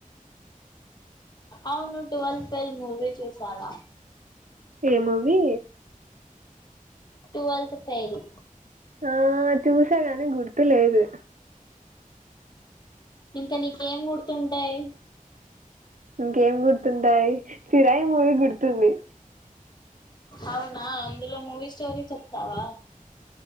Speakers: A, on the left; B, on the right.
A: అవును ట్వల్ ఫెయిల్ మూవీ చూసావా
B: ఏ మూవి
A: ట్వెల్త్ ఫెయిల్
B: ఆ చూసా గాని గుర్తు లేదు
A: ఇంకా నీకు ఏం గుర్తుంటాయి
B: ఇంకేం గుర్తుంటాయి ఫిరాయి మూవీ గుర్తుంది
A: అవునా అందులో మూవీ స్టోరీ చెప్తావా